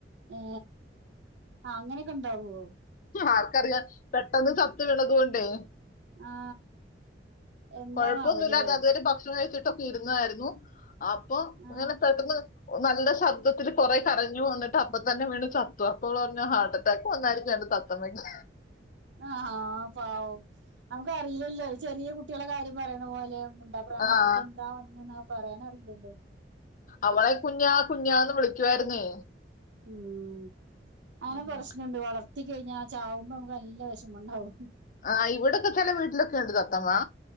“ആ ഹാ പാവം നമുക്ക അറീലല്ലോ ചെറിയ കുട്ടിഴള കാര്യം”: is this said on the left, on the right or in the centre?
Right